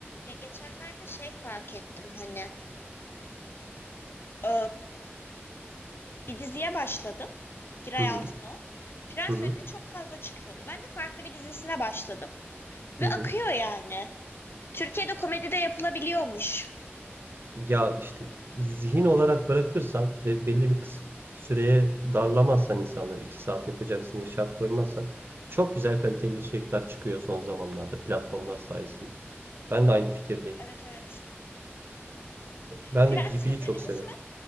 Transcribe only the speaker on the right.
Hı hı,
hı hı,
hı
hı.
Ya işte zihin olarak bırakırsan ve belli bir kısıt süreye darlamazsan insanları iki saat yapacaksın diye şart koymazsan çok güzel kaliteli içerikler çıkıyor son zamanlarda platformlar sayesinde. Ben de aynı fikirdeyim.
Ben
de Gibi'yi
çok severim.